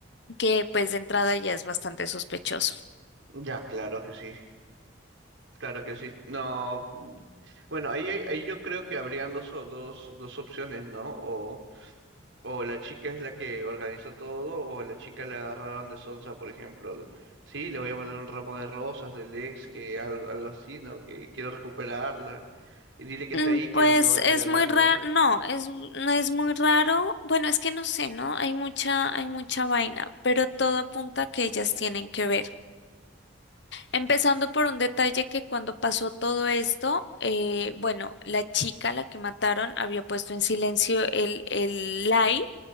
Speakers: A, on the left (about 60°); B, on the right (about 70°).
A: que pues de entrada ya es bastante sospechoso.
B: ya, claro que sí, claro que sí. No, mm, bueno, ahí, hay- ahí yo creo que habrían dos, o- dos, dos opciones, ¿no? O la chica es la que organizó todo, o a la chica la agarraron de sonsa, por ejemplo. Sí, le voy a mandar un ramo de rosas del ex, que algo, algo así, ¿no? Que quiero recuperarla. Y dile que está
A: Mm,
B: ahí, que
A: Pues
B: le van a
A: es
B: entregar
A: muy
B: algo.
A: raro, no, es, no es muy raro, bueno, es que no sé, ¿no? Hay mucha, hay mucha vaina, pero todo apunta a que ellas tienen que ver. Empezando por un detalle que cuando pasó todo esto, eh, bueno, la chica, la que mataron, había puesto en silencio el, el live.